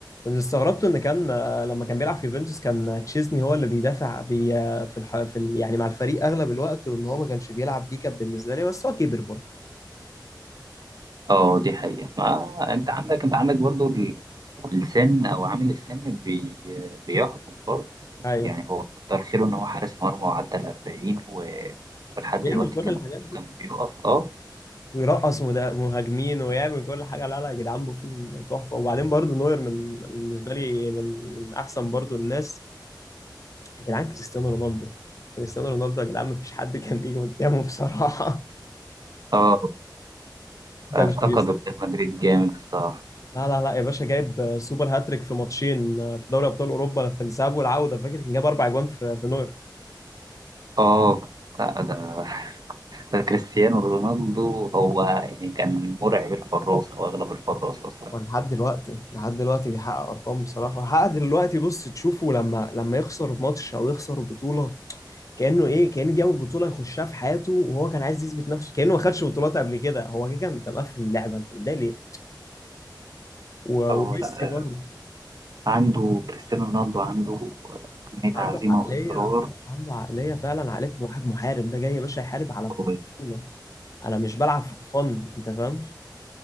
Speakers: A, on the left (about 45°); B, on the right (about 55°).
A: اللي استغربته ان كان آه، لما كان بيلعب في يوفنتوس كان تشيزني هو اللي بيدافع بي آه، في الح... في ال... يعني مع الفريق اغلب الوقت وان هو ما كانش بيلعب دي كانت بالنسبه لي بس هو كبر برضه
B: اه دي حقيقه ما انت عندك انت عندك برضو ال- السن او عامل السن بي بيحكم برضو
A: ايوه
B: يعني هو كتر خيره ان هو حارس مرمى وعدى ال 40 و- ولحد
A: بيعمل
B: دلوقتي
A: كل
B: كان
A: الحاجات دي
B: كان بيقف اه
A: ويرقص مدا- مهاجمين ويعمل كل حاجه لا لا يا جدعان بوفون تحفه وبعدين برضو نوير من بالنسبه لي من من احسن برضو الناس يا جدعان كريستيانو رونالدو كريستيانو رونالدو يا جدعان ما فيش حد كان بيجي قدامه بصراحه <laughs>
B: اه
A: ما
B: افتقدوا
A: كانش بيسامح
B: ريال مدريد جامد الصراحة
A: لا لا لا يا باشا جايب سوبر هاتريك في ماتشين في دوري ابطال اوروبا في الذهاب والعوده فاكر كان جايب اربع اجوان في في نوير
B: اه لا ده ده كريستيانو رونالدو هو يعني كان مرعب الحراس او اغلب الحراس اصلا
A: ولحد دلوقتي لحد دلوقتي بيحقق ارقام بصراحه حقق دلوقتي بص تشوفه لما لما يخسر ماتش او يخسر بطوله كانه ايه كان دي اول بطوله يخشها في حياته وهو كان عايز يثبت نفسه كانه ما خدش بطولات قبل كده هو كده كان انت مقفل اللعبه انت ده ليه و-
B: اه
A: وميسي
B: لا
A: برضه
B: عنده كريستيانو رونالدو عنده كمية
A: عنده
B: عزيمة
A: عقليه
B: واصرار
A: آه، عنده عقليه فعلا عقليه واحد محارب ده جاي يا باشا يحارب على
B: قوية.
A: بطوله انا مش بلعب في فن انت فاهم